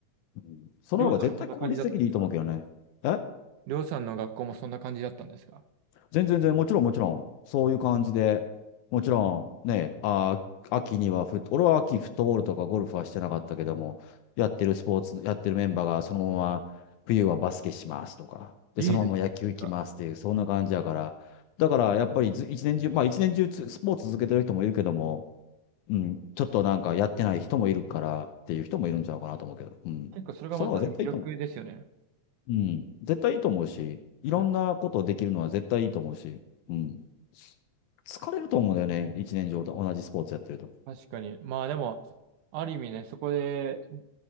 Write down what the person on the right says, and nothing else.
りょうさんもそんな感じだったんですか
りょうさんの学校もそんな感じだったんですか
いいですね。
なんか、
結構それがまた魅力ですよね。
うん
確かに。まあでも、ある意味ね、そこで、